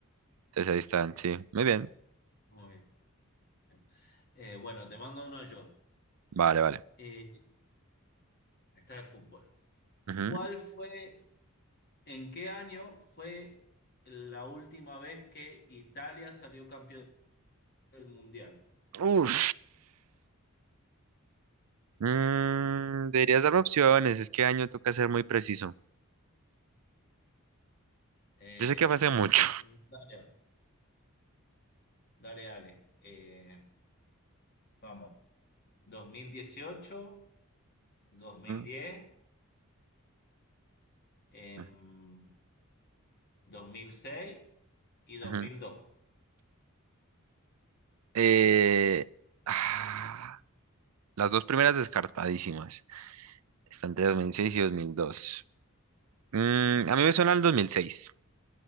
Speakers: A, on the right; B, on the left.
A: Entonces ahí están, sí, muy bien.
B: muy bien. Eh, bueno, te mando uno yo.
A: Vale, vale.
B: Eh, esta de fútbol.
A: Ujú.
B: ¿Cuál fue, en qué año fue la última vez que Italia salió campeón del Mundial?
A: Uf. Mm, deberías darme opciones, es que año toca ser muy preciso.
B: Eh,
A: Yo sé que fue hace mucho.
B: mm, dale, dale, dale. Eh, vamos. 2018, 2010,
A: Ujú,
B: em,
A: ujú,
B: 2006 y dos
A: ujú.
B: mil dos
A: Eh, ah, las dos primeras descartadísimas. Están entre 2006 y 2002. Mm, a mí me suena al 2006